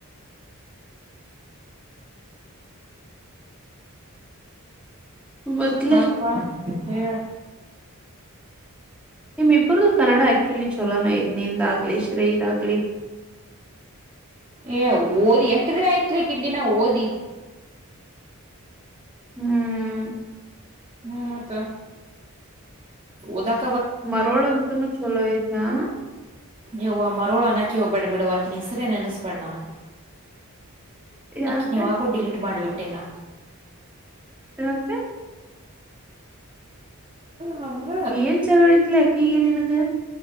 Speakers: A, in the centre; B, on the right.
A: ಮತ್ಲೆ
B: ಮತ್ವಾ ಹೇಳ.
A: ನಿಮ್ಮಿಬ್ರುದು ಕನ್ನಡ ಆಕ್ಚುಲಿ ಚಲೋನ ಐತಿ ನಿಂದಾಗ್ಲಿ ಶ್ರೇಯೀದಾಗ್ಲಿ. <inaudible>
B: ಏ ಓದಿ ಎಷ್ಟ ದಿನಾ ಆಯ್ತಲೇ ಗಿಡ್ಡಿ ನಾ ಓದಿ.
A: ಹ್ಮ್.
B: ಹ್ಮ್ಮತ್ತ. ಓದಾಕ್.
A: ಮರೋಳಂತನು ಚೋಲೋ ಐತಾ.
B: ಯವ್ವಾ ಮರೋಳನ್ನಾಕೆ ಹೋಬ್ಯಾಡ್ ಬೀಡವ್ವಾ ಅಕಿನ ಹೆಸರೆ ನೆನಸ್. ಬ್ಯಾಡ್ ನನಗ್
A: ಯಾಕ
B: ಅಕ್ಕಿನ ಯಾವಾಗೋ ಡಿಲೀಟ್ ಮಾಡಿಬಿಟ್ಟೆನಾ.
A: ಯಾಕ.
B: ಹಂಗ
A: ಏನ್ ಜಗಳಿತ್ಲೇ ಅಕ್ಕಿಗ್ಯ ನಿನಗ.